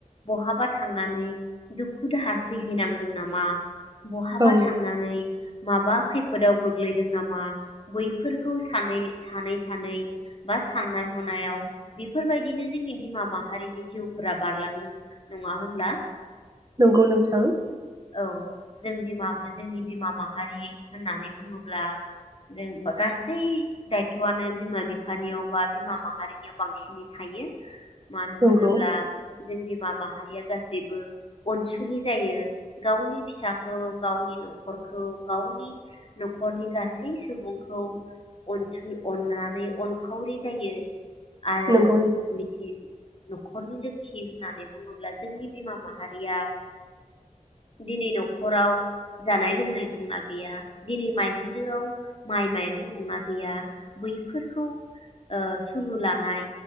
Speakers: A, on the left; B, on the right.
A: बहाबा थांनानै दुखु दाहा सैहैनांदों नामा बहाबा
B: औ
A: थांनानै माबा खैफोदाव गोग्लैदों नामा, बैफोरखौ सानै सानै सानै बा साननाय हनायाव बेफोर बायदिनो जोंनि बिमा माहारिनि जिउफोरा बारलाङो नङा होनब्ला?
B: नंगौ नोंथां
A: औ जों बिमा जोंनि बिमा माहारि होननानै बुङोब्ला जों गासै दायथ'लानो बिमा-बिफानियाव बा बिमा माहारिनियाव बांसिनै थायो। मानो
B: नंगौ
A: होनोब्ला जों बिमा माहारिया गासैबो अनसुलि जायो गावनि फिसाखौ गावनि न'खरखौ गावनि न'खरनि गासै सुबुंखौ अनसु अननानै अनफावरि जायो। आरो
B: नंगौ
A: बिथिं न'खरनि लोखि होननानै बुङोब्ला जोंनि बिमा माहारिया दिनै न'खराव जानाय लोंनाय दंना गैया दिनै माइ होन्दोआव माइ माइरं दंना गैया बैफोरखौ सुलु लानाय